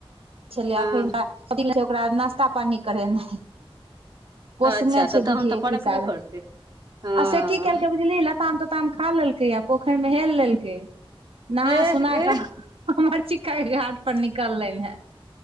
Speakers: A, on the right; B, on the right.
A: छेलै
B: हँ
A: आ एखन बे ओकरा नास्ता पानी करेनाइ पोसने
B: अच्छा
A: छै
B: तऽ तहन
A: बुझियौ
B: तऽ
A: एक
B: परकबे
A: हिसाबे
B: करतै
A: आ
B: हँ
A: से की केलकै बुझलि लताम उताम खा लेलकै आ पोखरि मे हेल लेलकै नहा
B: एह
A: सोना
B: एह
A: कऽ हमर चिक्का ओहि घाट पर निकललनि हें